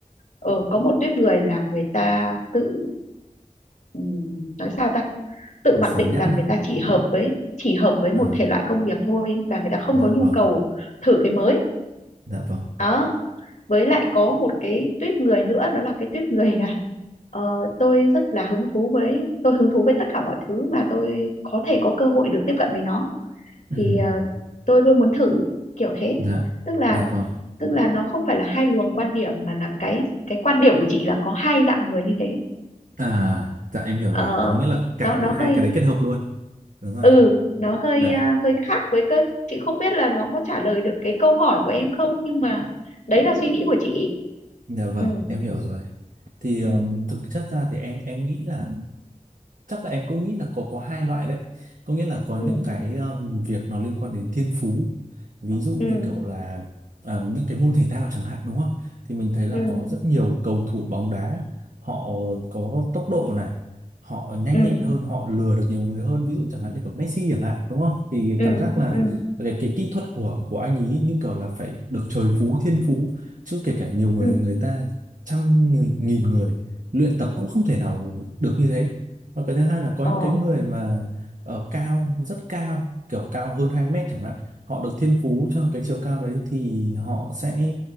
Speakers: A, on the left; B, on the right.
A: ờ có một tuýp người là người ta tự ừm, nói sao ta tự
B: dán
A: mặc định
B: nhãn
A: rằng người
B: à
A: ta chỉ hợp với chỉ hợp với
B: Ờ,
A: một thể loại công việc thôi và người ta không
B: dạ
A: có nhu
B: vâng
A: cầu thử cái mới
B: dạ vâng
A: đó với lại có một cái tuýp người nữa đó là cái tuýp người là ờ, tôi rất là hứng thú với tôi hứng thú với tất cả mọi thứ mà tôi có thể có cơ hội được tiếp cận với nó
B: Ừm,
A: thì ờ, tôi luôn muốn thử kiểu thế
B: dạ
A: tức là
B: dạ vâng
A: tức là nó không phải là hai luồng quan điểm mà là cái cái quan điểm của chị là có hai dạng người như thế
B: À, dạ em hiểu
A: Ờ,
B: rồi. Có nghĩa là cả
A: nó nó
B: hai
A: hơi
B: cái đấy kết hợp luôn. Đúng rồi.
A: ừ nó hơi
B: Dạ.
A: à, hơi khác với cơ chị không biết là nó có trả lời được cái câu hỏi của em không nhưng mà đấy là suy nghĩ của chị
B: Dạ vâng,
A: ừ
B: em hiểu rồi. Thì ừm,
A: ừ
B: thực chất ra thì em em nghĩ là chắc là em cũng nghĩ là có có hai loại đấy có nghĩa là có
A: ừ
B: những cái um, việc nó liên quan đến thiên phú ví dụ
A: ừ
B: như kiểu là à, những cái môn thể thao chẳng hạn đúng không thì mình thấy là
A: ừ
B: có rất nhiều cầu thủ bóng đá họ có tốc độ này họ nhanh
A: ừ
B: nhẹn hơn họ lừa được nhiều người hơn ví dụ chẳng hạn như kiểu Messi chẳng hạn đúng không thì
A: ừ
B: cảm giác là
A: ừ
B: cái, cái kỹ thuật của của anh ấy như kiểu là phải được trời phú thiên phú chứ kể cả nhiều người
A: ừ
B: người ta trăm nghìn, nghìn người luyện tập cũng không thể nào được như thế và cái thứ hai là có
A: ờ
B: những cái người mà ở cao, rất cao, kiểu cao hơn 2 mét chẳng hạn, họ được thiên phú cho cái chiều cao đấy thì họ sẽ